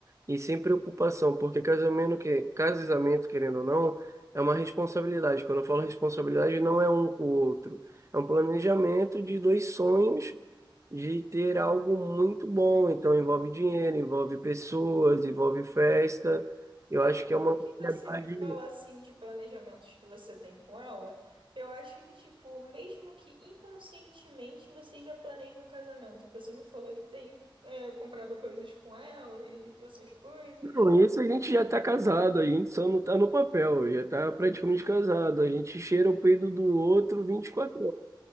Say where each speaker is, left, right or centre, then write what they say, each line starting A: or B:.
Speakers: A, on the right (about 35°); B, on the right (about 85°).
A: e sem preocupação, porque casamento, que, casamento, querendo ou não, é uma responsabilidade. Quando eu falo responsabilidade, não é um com o outro, é um planejamento de dois sonhos de ter algo muito bom. Então, envolve dinheiro, envolve pessoas, envolve festa. Eu
B: Mas
A: acho que
B: pelo
A: é uma
B: que você
A: ansiedade.
B: me fala assim de planejamentos que você tem com ela, eu acho que, tipo, mesmo que inconscientemente você já planeja um casamento, que você me falou que tem é, comprado coisas com ela e, e essas coisas.
A: Não, isso a gente já está casado, a gente só não está no papel, já está praticamente casado. A gente cheira o peido do outro 24